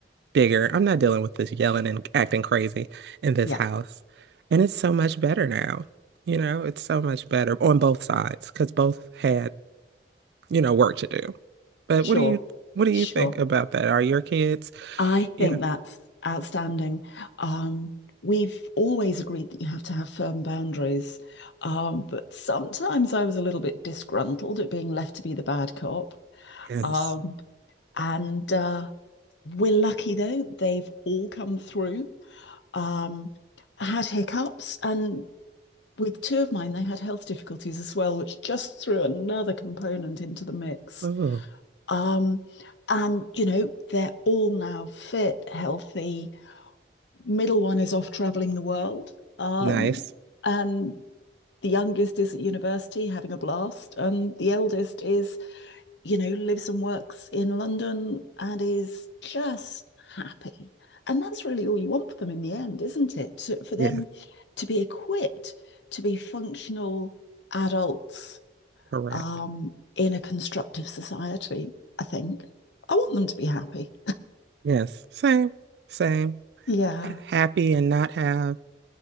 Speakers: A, on the right; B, on the left.
A: bigger. I'm not dealing with this yelling and acting crazy in this
B: Yeah.
A: house. And it's so much better now. You know, it's so much better on both sides because both had, you know, work to do. But
B: Sure.
A: what do you, what do you
B: Sure.
A: think about that? Are your kids,
B: I
A: you
B: think
A: know,
B: that's outstanding. Um, we've always agreed that you have to have firm boundaries, um, but sometimes I was a little bit disgruntled at being left to be the bad cop.
A: Yes.
B: Um, and uh, we're lucky though, they've all come through. Um, I had hiccups, and with two of mine, they had health difficulties as well, which just threw another component into the mix.
A: Oh,
B: Um, and, you know, they're all now fit, healthy Middle one is off traveling the world. Um,
A: nice.
B: and the youngest is at university having a blast. And the eldest is, you know, lives and works in London and is just happy. And that's really all you want for them in the end, isn't it? For them
A: Yes,
B: to be equipped to be functional adults
A: correct.
B: um, in a constructive society, I think. I want them to be happy.
A: Yes, same, same.
B: Yeah,
A: H- Happy and not have